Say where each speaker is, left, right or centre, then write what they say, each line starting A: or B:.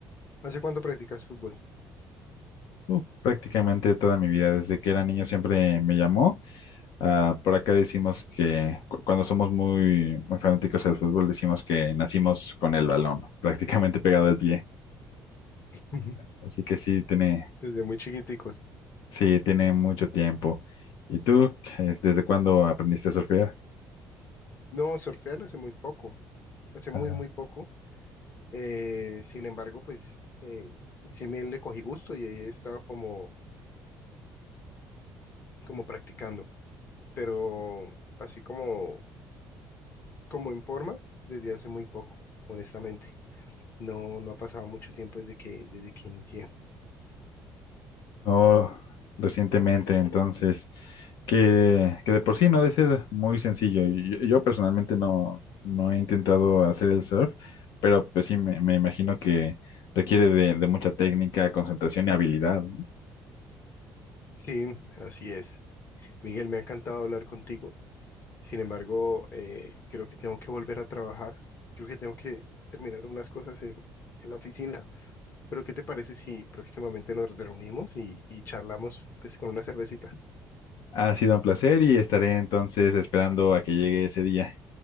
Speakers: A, on the left (about 35°); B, on the left (about 75°).
A: ¿Hace cuánto practicas fútbol?
B: Uh, prácticamente toda mi vida, desde que era niño, siempre me llamó. Ah, por acá decimos que cu- cuando somos muy, muy fanáticos del fútbol, decimos que nacimos con el balón, <laughs> prácticamente pegado al pie.
A: <laughs>
B: Así que sí, tiene,
A: Desde muy chiquiticos.
B: sí, tiene mucho tiempo. ¿Y tú, es- desde cuándo aprendiste a surfear?
A: No, surfear hace muy poco. Hace muy,
B: Ah.
A: muy poco. Eh, sin embargo, pues, eh, sí me le cogí gusto y ahí he estado como, como practicando. pero así como, como en forma, desde hace muy poco, honestamente. No, no ha pasado mucho tiempo desde que, desde que inicié.
B: Oh, recientemente, entonces, que, que de por sí no ha de ser muy sencillo. Y Yo, yo personalmente no, no he intentado hacer el surf, pero pues sí, me, me imagino que requiere de, de mucha técnica, concentración y habilidad. ¿no?
A: Sí, así es. Miguel, me ha encantado hablar contigo. Sin embargo, eh, creo que tengo que volver a trabajar. Creo que tengo que terminar unas cosas en, en la oficina. Pero, ¿qué te parece si próximamente nos reunimos y, y charlamos pues, con una cervecita?
B: Ha sido un placer y estaré entonces esperando a que llegue ese día.